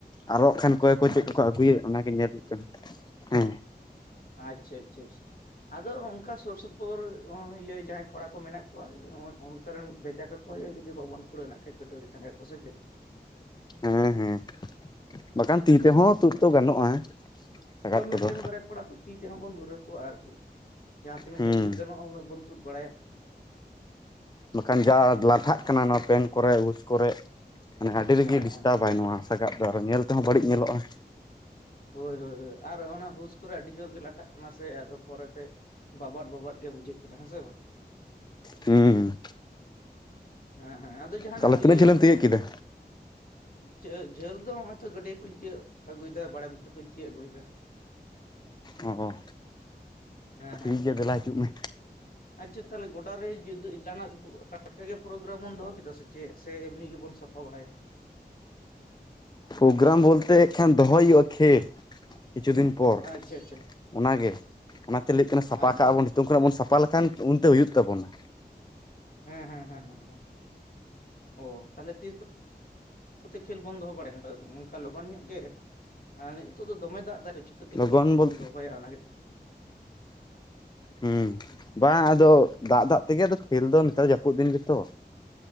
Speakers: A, on the left; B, on the left.
A: ᱟᱨᱚ ᱦᱟᱸᱜ ᱠᱷᱟᱱ ᱚᱠᱚᱭ ᱠᱚ
B: ᱟᱪᱪᱷᱟ
A: ᱪᱮᱫ ᱠᱚᱠᱚ ᱟᱹᱜᱩᱭ ᱮᱜ ᱚᱱᱟ ᱜᱮ ᱧᱮᱞ ᱦᱩᱭᱩᱜ ᱠᱟᱱᱟ? ᱦᱮᱸ,
B: ᱟᱪᱪᱷᱟ ᱟᱪᱪᱷᱟ ᱪᱷᱟ, ᱟᱫᱚ ᱚᱱᱠᱟ ᱥᱳᱨ ᱥᱳᱯᱳᱨ ᱡᱟᱦᱟᱸᱭ ᱠᱚᱲᱟ ᱠᱚ ᱢᱮᱱᱟᱜ ᱠᱚᱣᱟ ᱚᱱᱛᱮ ᱨᱮᱱ ᱵᱷᱮᱡᱟ ᱠᱚ <unintelligible> ᱡᱩᱫᱤ ᱵᱟᱵᱚᱱ ᱠᱩᱲᱟᱹᱜ ᱱᱟᱜ ᱠᱷᱟᱡ ᱠᱟᱹᱴᱟᱹᱨᱤ ᱴᱟᱸᱜᱟ ᱠᱚ ᱥᱮ ᱪᱮᱫ?
A: ᱦᱮᱸ ᱦᱮᱸ, ᱵᱟᱠᱷᱟᱱ ᱛᱤ
B: ᱦᱩᱸ
A: ᱛᱮᱦᱚᱸ
B: ᱦᱩᱸ
A: ᱛᱩᱫ ᱫᱚ ᱜᱟᱱᱚᱜᱼᱟ ᱥᱟᱜᱟᱫ
B: ᱦᱳᱭ ᱢᱮᱫᱴᱮᱱ,
A: ᱠᱚᱫᱚ
B: ᱵᱟᱨᱭᱟ ᱠᱚᱲᱟ ᱛᱚ᱾ ᱛᱤ ᱛᱮᱦᱚᱸ ᱵᱚᱱ ᱫᱷᱩᱨᱟᱹᱜ ᱠᱚᱜᱼᱟ, ᱟᱨᱠᱤ ᱡᱟᱦᱟᱸ ᱛᱤᱱᱟᱹᱜ
A: ᱦᱩᱸ
B: ᱜᱮ ᱛᱩᱫ ᱜᱟᱱᱚᱜ-ᱟ ᱩᱱᱟᱹᱜ ᱵᱚᱱ ᱛᱩᱫ ᱵᱟᱲᱟᱭᱟ᱾
A: ᱵᱟᱠᱷᱟᱱ ᱡᱟ ᱞᱟᱴᱷᱟᱜ ᱠᱟᱱᱟ ᱱᱚᱣᱟ ᱯᱮᱱ ᱠᱚᱨᱮ ᱦᱩᱥ ᱠᱚᱨᱮ᱾ ᱢᱟᱱᱮ ᱟᱹᱰᱤ ᱨᱤᱜᱤ
B: ᱦᱮᱸ
A: ᱰᱤᱥᱴᱟᱵᱟᱭ
B: ᱦᱮᱸ ᱦᱮᱸ
A: ᱱᱚᱣᱟ ᱥᱟᱜᱟᱫ ᱫᱚ ᱟᱨᱚ ᱧᱮᱞ ᱨᱮᱦᱚ ᱵᱟᱹᱲᱤᱡ ᱧᱮᱞᱚᱜ-ᱟ᱾
B: ᱦᱳᱭ ᱦᱳᱭ ᱦᱳᱭ, ᱟᱨ ᱚᱱᱟ ᱦᱩᱥ ᱠᱚᱨᱮ ᱟᱹᱰᱤ ᱡᱳᱨ ᱜᱮ ᱞᱟᱴᱷᱟᱜ ᱠᱟᱱᱟ ᱥᱮ᱾ ᱟᱫᱚ ᱯᱚᱨᱮ ᱛᱮ ᱵᱟᱵᱟᱫ ᱵᱟᱵᱟᱫ ᱜᱮ ᱵᱩᱡᱷᱟᱹᱜ ᱠᱟᱱᱟ ᱦᱮᱸ ᱥᱮ ᱵᱟᱝ᱾
A: ᱦᱩᱸ,
B: ᱦᱮᱸ ᱦᱮᱸ ᱟᱫᱚ ᱡᱟᱦᱟᱸ
A: ᱛᱟᱦᱚᱞᱮ
B: ᱱᱟᱜ
A: ᱛᱤᱱᱟᱹᱜ
B: ᱤᱭᱟᱹ
A: ᱡᱷᱟᱹᱞᱮᱢ ᱛᱤᱭᱳᱜ
B: ᱜᱚᱰ-
A: ᱠᱮᱫᱟ
B: ᱡᱷᱟᱹᱞ ᱡᱷᱟᱹᱞ ᱫᱚ ᱦᱚᱜ-ᱚᱭ ᱛᱚ ᱜᱟᱹᱰᱟᱹᱭᱟᱹ ᱠᱩᱧ ᱛᱤᱭᱟᱹᱜ ᱟᱹᱜᱩᱭ ᱫᱟ ᱵᱟᱲᱮ ᱵᱩ- ᱴᱟᱹ ᱠᱚᱧ ᱛᱤᱭᱟᱹᱜ ᱟᱹᱜᱩᱭ ᱫᱟ᱾
A: ᱚ
B: ᱦᱮᱸ
A: ᱴᱷᱤᱠ
B: ᱦᱮᱸ ᱦᱮᱸ
A: ᱜᱮᱭᱟ ᱫᱮᱞᱟ ᱦᱤᱡᱩᱜ ᱢᱮ᱾
B: ᱟᱪᱪᱷᱟ ᱛᱟᱦᱚᱞᱮ ᱜᱚᱰᱟ ᱨᱮ ᱡᱩᱫᱤ ᱡᱟᱦᱟᱸ ᱱᱟᱜ ᱴᱟᱴᱠᱟ ᱜᱮ ᱯᱨᱳᱜᱨᱟᱢ ᱵᱚᱱ ᱫᱚᱦᱚ ᱠᱮᱫᱟ ᱥᱮ ᱪᱮᱫ ᱥᱮ ᱮᱢᱱᱤ ᱜᱮᱵᱚᱱ ᱥᱟ- ᱯᱟ ᱵᱟᱲᱟᱭᱟ?
A: ᱯᱳᱜᱨᱟᱢ ᱵᱚᱞᱛᱮ ᱦᱟᱸᱜ ᱠᱷᱟᱱ ᱫᱚᱦᱚᱭ ᱦᱩᱭᱩᱜ-ᱟ ᱠᱷᱮᱞ᱾ ᱠᱤᱪᱷᱩ ᱫᱤᱱ ᱯᱚᱨ
B: ᱟᱪᱪᱷᱟ ᱟᱪᱪᱷᱟ
A: ᱚᱱᱟ ᱜᱮ ᱚᱱᱟᱛᱮ ᱞᱟᱹᱜ ᱠᱟᱱᱟ ᱥᱟᱯᱟ
B: ᱟᱪᱪᱷᱟ
A: ᱠᱟᱜ-ᱟ ᱵᱚᱱ᱾ ᱱᱤᱛᱚᱜ ᱠᱷᱚᱱᱟᱝ ᱵᱚᱱ ᱥᱟᱯᱟ ᱞᱮᱠᱷᱟᱱ ᱩᱱ ᱛᱮ ᱦᱩᱭᱩᱜ ᱛᱟᱵᱚᱱᱟ᱾
B: ᱦᱮᱸ ᱦᱮᱸ ᱦᱮᱸ ᱦᱮᱸ, ᱚ ᱛᱟᱦᱞᱮ ᱛᱤᱥ ᱛᱮ ᱠᱷᱮᱞ ᱵᱚᱱ ᱫᱚᱦᱚ ᱵᱟᱲᱟᱭᱟ᱾ ᱚᱱᱠᱟ ᱞᱚᱜᱚᱱ ᱧᱚᱜ ᱜᱮ ᱱᱤᱛᱚᱜ ᱫᱚᱢᱮ ᱫᱟᱜ ᱫᱟᱭ ᱪᱤᱠᱟᱹ ᱛᱮ
A: ᱞᱚᱜᱚᱱ
B: ᱠᱷᱮᱞ ᱠᱚᱦᱚᱸ
A: ᱵᱚᱞ
B: ᱵᱚᱱ ᱫᱚᱦᱚᱭᱟ ᱚᱱᱟ ᱜᱮᱛᱚ᱾
A: ᱦᱩᱸ ᱵᱟᱝ ᱟᱫᱚ ᱫᱟᱜ ᱫᱟᱜ ᱛᱮᱜᱮ ᱠᱷᱮᱞ ᱫᱚ ᱱᱮᱛᱟᱨ ᱡᱟᱹᱯᱩᱫ ᱫᱤᱱ ᱜᱮᱛᱚ᱾